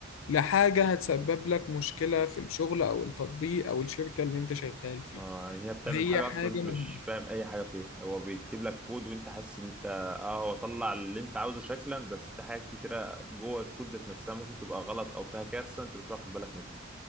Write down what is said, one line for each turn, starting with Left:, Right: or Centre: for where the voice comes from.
Left: لحاجة هتسبب لك مشكلة في الشغل او التطبيق او الشركة اللي انت شغال فيها
Centre: اه يعني هي بتعمل
Left: هي
Centre: حاجة
Left: حاجة
Centre: اصلا انت
Left: مهمة
Centre: مش فاهم اي حاجة فيها هو بيكتب لك كود وانت حاسس ان انت اه هو طلع اللي انت عاوزه شكلا بس في حاجات كتيرة جوه الكود ذات نفسها ممكن تبقى غلط او فيها كارثة انت مش واخد بالك منها